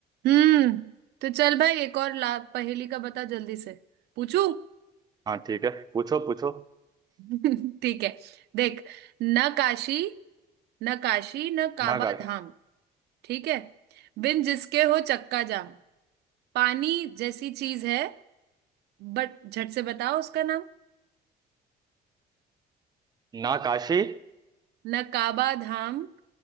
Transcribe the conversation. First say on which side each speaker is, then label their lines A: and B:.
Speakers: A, on the right; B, on the right.
A: हम्म तो चल भाई एक और ला पहेली का बता जल्दी से पूछू
B: हाँ ठीक है पूछो पूछो
A: <laughs> ठीक है देख न काशी न काशी न काबा
B: नाकाश
A: धाम ठीक है बिन जिसके हो चक्का जाम पानी जैसी चीज है बट झट से बताओ उसका नाम
B: नाकाशी
A: न काबा धाम